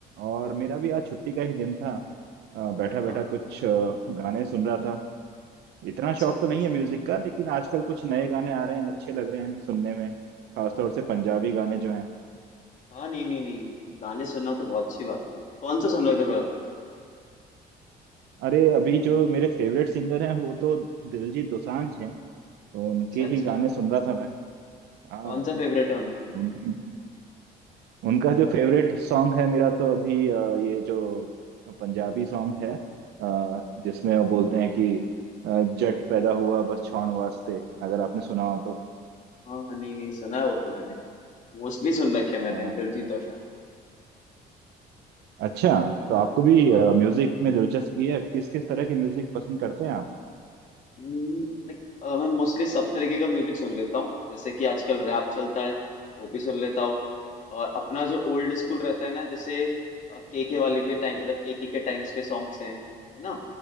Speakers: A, on the right; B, on the left.
A: और मेरा भी आज छुट्टी का ही दिन था बैठा बैठा
B: हाँ हाँ
A: कुछ अ, गाने सुन रहा था इतना
B: अच्छा
A: शौक तो नहीं
B: किसके
A: है म्यूजिक का लेकिन आजकल कुछ
B: हाँ हाँ
A: नए गाने आ रहे हैं अच्छे लग रहे हैं सुनने में खासतौर से पंजाबी
B: नहीं
A: गाने जो हैं
B: हाँ नहीं नहीं नहीं गाने सुनना तो बहुत अच्छी बात है कौन सा सुन रहे थे फिर आप
A: अरे अभी जो मेरे फेवरेट सिंगर हैं वो तो दिलजीत दोसांझ हैं तो उनके
B: अच्छा अच्छा
A: ही गाने सुन रहा था मैं हाँ
B: कौन सा फेवरेट है उनका
A: तो उनकी उनका जो फेवरेट सॉन्ग है मेरा तो अभी अ, ये जो पंजाबी सॉन्ग है अ, जिसमें वो बोलते हैं कि अ, जट पैदा हुआ बस छाण वास्ते अगर आपने सुना हो तो
B: हाँ नहीं नहीं सुना है वो तो मैंने मोस्टली सुन रखे हैं मैंने
A: हाँ
B: दिलजीत दोसांझ के
A: अच्छा तो आपको
B: का
A: भी
B: हाँ
A: म्यूजिक में दिलचस्पी है किस किस तरह की म्यूजिक पसंद करते हैं आप
B: लाइक मैं मोस्टली सब तरीके का म्यूजिक सुन लेता हूँ जैसे कि आजकल रैप चलता है वो भी सुन लेता हूँ और अपना जो ओल्ड स्कूल रहता है ना जैसे के के वाले के टाइम मतलब के के के टाइम्स के सॉन्ग्स हैं है ना